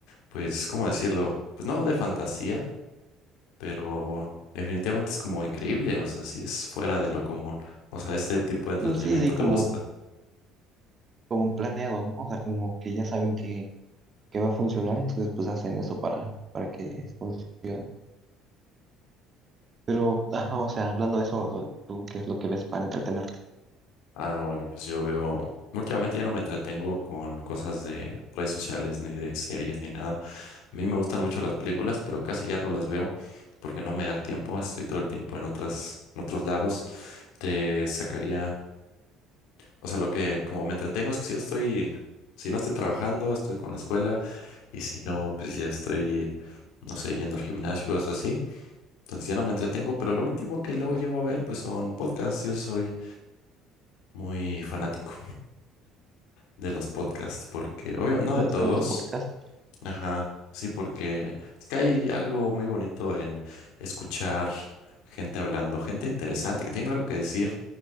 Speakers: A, on the left (about 65°); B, on the right (about 35°).
A: pues, ¿cómo decirlo? Pues no de fantasía, pero definitivamente es como increíble, o sea, si es fuera de lo común, o sea, ese tipo de entretenimiento
B: Sí, sí,
A: te
B: como,
A: gusta.
B: como planeado, ¿no? O sea, como que ya saben que, que va a funcionar, entonces pues hacen eso para, para que funcione. Pero, ajá, o sea, hablando de eso, o sea, ¿tú qué es lo que ves para entretenerte?
A: Ah, bueno, pues yo veo, últimamente ya no me entretengo con cosas de redes sociales, ni de series, ni nada. A mí me gustan mucho las películas, pero casi ya no las veo porque no me da el tiempo, estoy todo el tiempo en otras, en otros lados. Te sacaría, o sea, lo que como me entretengo es que si yo estoy, si no estoy trabajando, estoy con la escuela, y si no, pues ya estoy, no sé, yendo al gimnasio, cosas así. Entonces ya no me entretengo, pero lo último que luego llego a ver, pues son podcasts, yo soy muy fanático. de los podcasts, porque, obvio, no
B: ¿Fanático
A: de todos,
B: de los podcasts?
A: ajá, sí, porque es que hay algo muy bonito en escuchar gente hablando, gente interesante que tiene algo que decir,